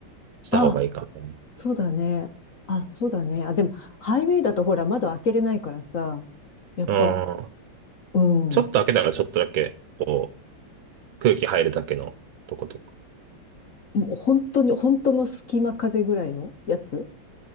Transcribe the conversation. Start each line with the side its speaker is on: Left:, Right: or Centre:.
Right: した方がいいかもね。
Left: あ、そうだね。あ、そうだね。あ、でも、ハイウェイだとほら、窓開けれないからさ、やっぱ、
Right: うん。
Left: うん。
Right: ちょっと開けたらちょっとだけ、こう、空気入るだけのとことか。
Left: もう本当に、本当の隙間風ぐらいのやつ